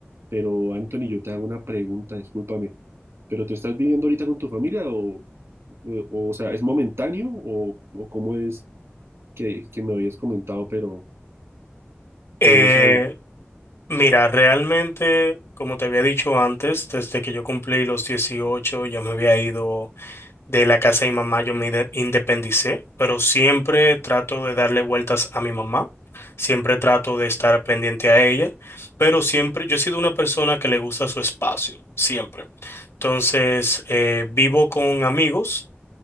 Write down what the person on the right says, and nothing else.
Pero Anthony, yo te hago una pregunta, discúlpame, pero ¿tú estás viviendo ahorita con tu familia o, o, o sea, es momentáneo o, o cómo es que, que me habías comentado, pero
tengo esa duda?